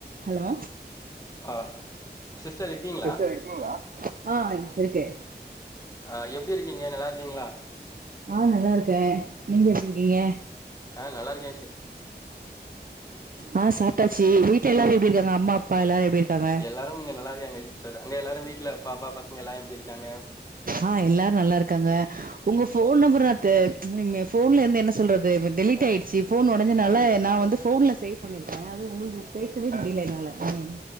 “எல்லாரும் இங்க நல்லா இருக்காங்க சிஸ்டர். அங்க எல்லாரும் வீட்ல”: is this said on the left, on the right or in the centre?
Left